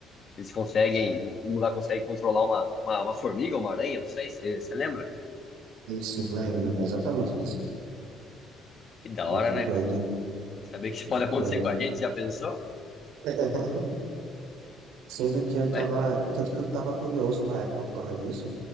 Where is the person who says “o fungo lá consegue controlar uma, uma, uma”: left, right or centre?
Left